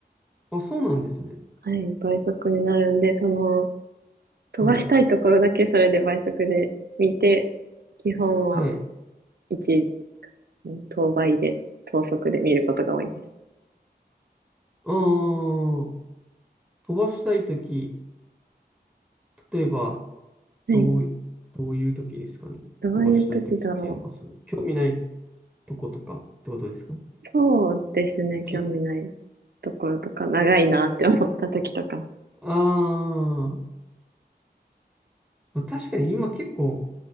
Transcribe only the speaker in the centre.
あ、そうなんですね。
はい。
はい。
あー、飛ばしたいとき、例えば、
どう、どういうときですかね。
飛ばしたいときっていうのは、その、興味ないとことかってことですかね。
き、
あー、まあ確かに今結構、